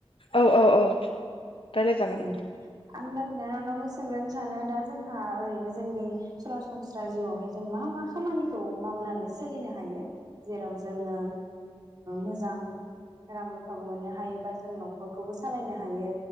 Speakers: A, on the left (about 60°); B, on the right (about 40°).
A: औ औ औ रायज्लाय जागोन
B: औ आं दा बिनानानावनो सोंग्रो सानो दा जोंहा ओरैनो जोंनि सरासनस्रा जिउआवहाय जों मा मा खामानिखौ मावनानै सोलिनो हायो जेराव जोङो मोजां रां रुफाबो मोननो हायो बा जों न'खरखौबो सालायनो हायो